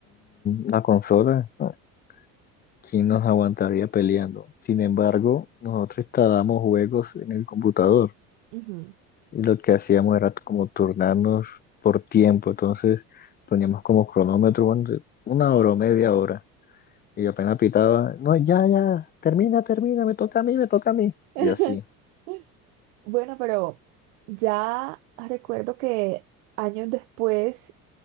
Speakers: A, on the left (about 20°); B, on the right (about 60°).
A: una consola, ¿no? ¿Quién nos aguantaría peleando? Sin embargo, nosotros instalábamos juegos en el computador
B: Ujú.
A: y lo que hacíamos era como turnarnos por tiempo. Entonces poníamos como cronómetro, bueno, de una hora o media hora. Y apenas pitaba, no, ya, ya, termina, termina, me toca a mí, me toca a mí.
B: <laughs>
A: Y así.
B: Bueno, pero ya recuerdo que años después,